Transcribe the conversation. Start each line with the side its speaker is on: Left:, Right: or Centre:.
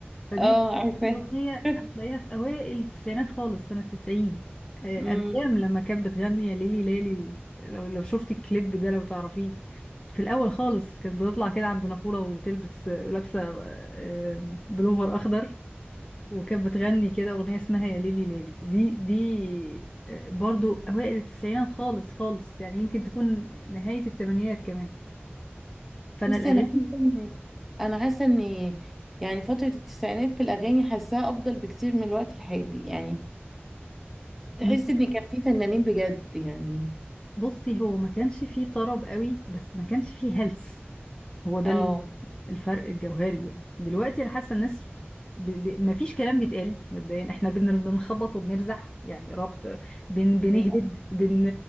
Left: فدي
Centre: اه عارفاها
Left: دي أغنية
Centre: <laughs>
Left: هتلاقيها في أوائل التسعينات خالص سنة 90 آه،
Centre: أمم.
Left: أنغام لما كانت بتغني يا ليلي لالي و- لو لو شفتي الكليب ده لو تعرفيه في الأول خالص كانت بتطلع كده عند نافورة وتلبس آه، لابسة آه، بلوفر أخضر وكانت بتغني كده أغنية اسمها يا ليلي لالي دي دي آه، برضو أوائل التسعينات خالص خالص يعني يمكن تكون نهاية التمانينات كمان فأنا
Centre: بصي
Left: الأغاني
Centre: انا حاسه ان انا حاسه ان يعني فتره التسعينات في الاغاني حاساها افضل بكتير من الوقت الحالي يعني تحس
Left: م-
Centre: ان كان في فنانين بجد يعني
Left: بصي هو ما كانش فيه طرب قوي بس ما كانش فيه هلس هو ده
Centre: اه
Left: ال- الفرق الجوهري يعني دلوقتي انا حاسه الناس ب... ب... ما فيش كلام بيتقال مبدئيا احنا بن... بنخبط وبنرزع يعني ربط بن... بنهبد
Centre: للأ-
Left: بن...